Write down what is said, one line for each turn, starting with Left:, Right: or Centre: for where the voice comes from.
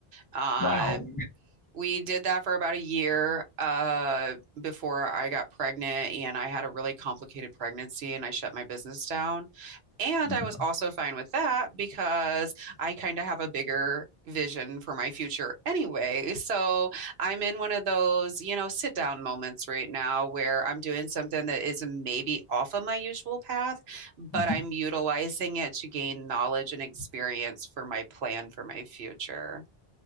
Right: Um,
Left: Wow.
Right: we did that for about a year uh, before I got pregnant, and I had a really complicated pregnancy, and I shut my business down. And
Left: Okay.
Right: I was also fine with that because I kind of have a bigger vision for my future anyway. So I'm in one of those, you know, sit down moments right now where I'm doing something that is maybe off of my usual path, but
Left: Mhm.
Right: I'm utilizing it to gain knowledge and experience for my plan for my future.